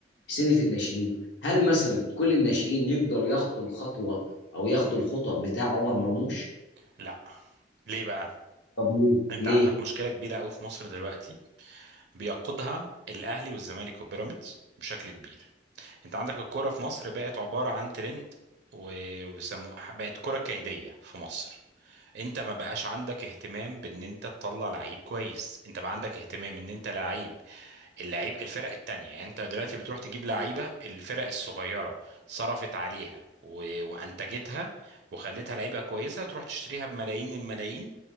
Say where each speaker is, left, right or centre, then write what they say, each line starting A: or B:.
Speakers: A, on the left; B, on the right.
A: سنه الناشئين هل مثلا كل الناشئين يقدروا ياخدوا الخطوه او ياخدوا الخطأ بتاع عمر مرموش
B: لا ليه بقى
A: طب
B: انت
A: ليه
B: عندك مشكله كبيره قوي في مصر دلوقتي بيقودها الاهلي والزمالك وبيراميدز بشكل كبير انت عندك الكوره في مصر بقت عباره عن ترند و- وسموه بقت كره كيديه في مصر انت ما بقاش عندك اهتمام بان انت تطلع لعيب كويس انت بقى عندك اهتمام ان انت لعيب اللعيب الفرق التانية يعني انت دلوقتي بتروح تجيب لعيبة الفرق الصغيرة صرفت عليها و... وانتجتها وخلتها لعيبة كويسة تروح تشتريها بملايين الملايين